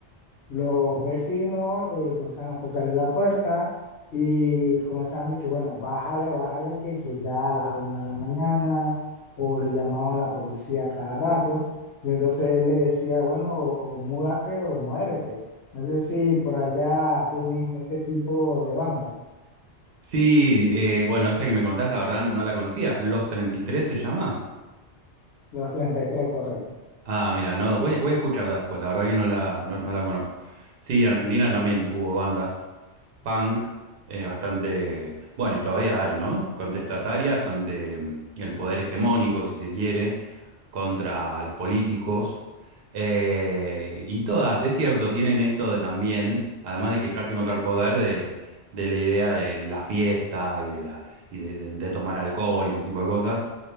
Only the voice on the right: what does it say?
Sí, eh, bueno, esta que me contás, la verdad, no la conocía. ¿Los 33 se llama?
Ah, mira, no, voy, voy a escucharla después, la verdad que no la, no, no la conozco. Sí, en Argentina también hubo bandas punk, eh, bastante, bueno, y todavía hay, ¿no? Contestatarias ante mm, el poder hegemónico, si se quiere, contra los políticos. Eh, y todas, es cierto, tienen esto de también, además de quejarse contra el poder, de, de la idea de la fiesta y de la y de, de- de tomar alcohol y ese tipo de cosas.